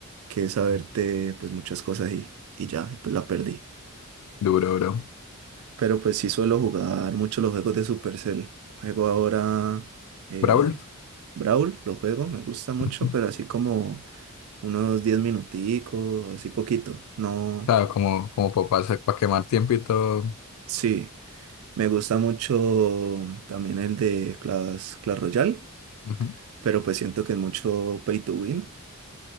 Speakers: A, on the right (about 70°); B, on the left (about 85°).
A: que saberte pues muchas cosas y, y ya, y pues la perdí.
B: Duro, duro.
A: Pero pues sí suelo jugar mucho los juegos de Supercell. Juego ahora eh,
B: Brawl,
A: Brawl, lo juego, me gusta
B: <laughs>
A: mucho, pero así como unos 10 minuticos, así poquito. No.
B: claro, como, como papá para quemar tiempo y todo.
A: Sí, me gusta mucho también el de Clash, Clash Royale,
B: Ujú.
A: pero pues siento que es mucho pay to win